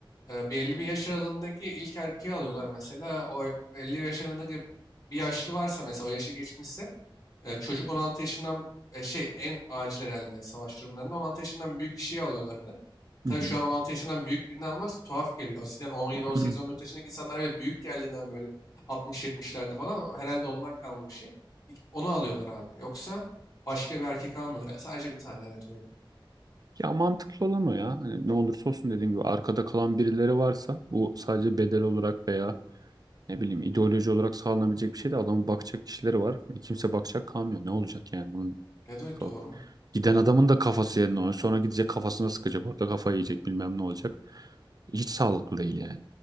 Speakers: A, on the left; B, on the right.
A: e, belli bir yaş aralığındaki ilk erkeği alıyorlar mesela. O 50 yaş aralığındaki bir yaşlı varsa mesela o yaşı geçmişse e, çocuk 16 yaşından e, şey en acil herhalde savaş durumlarında 16 yaşından büyük kişiyi alıyorlardı. Tabii
B: Hı hı.
A: şu an 16 yaşından büyük birini almak tuhaf geliyor. Eskiden on yedi on
B: Hı
A: sekiz
B: hı.
A: on dokuz yaşındaki insanlar böyle büyük geldiğinden böyle altmış 70lerde falan o herhalde ondan kalma bir şey. İlk Onu alıyorlar abi. Yoksa başka bir erkek almıyorlar. Sadece bir tane evet öyle.
B: Ya mantıklı olan o ya. Hani ne olursa olsun dediğim gibi arkada kalan birileri varsa bu sadece bedel olarak veya ne bileyim ideoloji olarak sağlanabilecek bir şey de adamın bakacak kişileri var ve kimse bakacak kalmıyor. Ne olacak yani bunun
A: Evet, evet
B: ka-
A: doğru.
B: giden adamın da kafası yerine oynuyor. Sonra gidecek kafasına sıkacak orada kafayı yiyecek bilmem ne olacak. Hiç sağlıklı değil yani.